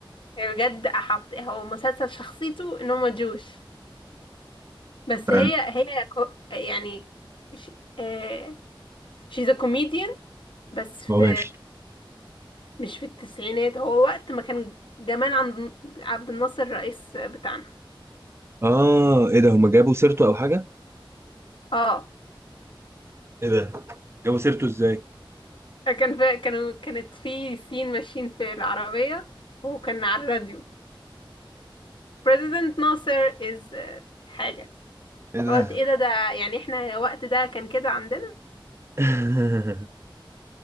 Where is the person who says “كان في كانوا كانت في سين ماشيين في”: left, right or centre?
Left